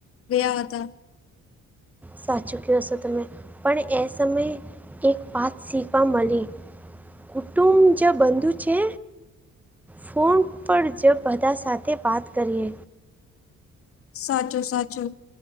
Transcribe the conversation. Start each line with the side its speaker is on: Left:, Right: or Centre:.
Left: ગયા હતા.
Centre: સાચું કહશો તમે પણ, એ સમયે એક વાત શીખવા મળી. કુટુંબ જ બંધુ છે. ફોન પર જ બધા સાથે વાત કરીએ.
Left: સાચું, સાચું.